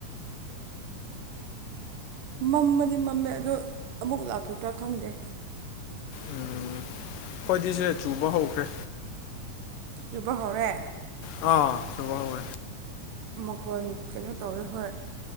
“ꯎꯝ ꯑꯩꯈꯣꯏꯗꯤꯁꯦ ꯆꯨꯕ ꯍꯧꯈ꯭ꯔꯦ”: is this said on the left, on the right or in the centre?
Left